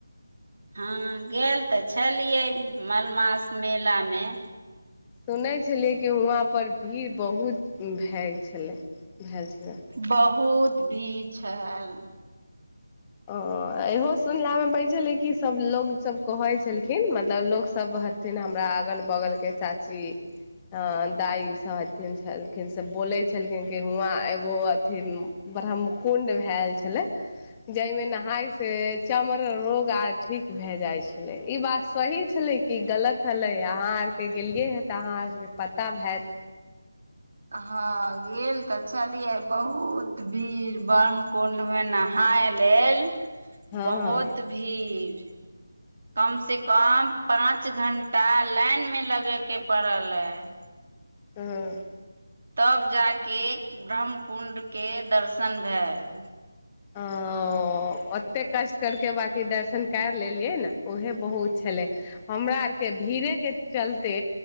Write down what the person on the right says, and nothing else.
हँ गेल तऽ छलियै मलमास मेला मे
बहुत भीड़ छल
हँ गेल तऽ छललियै बहुत भीड़ ब्रांह्मकुण्ड मे नहाय नहाय लेल
बहुत
भीड़ कम से कम पाँंच घंटा लाइन में लगे के पड़ल है
तब जाके ब्रंह्मकुण्ड के दर्शन भेल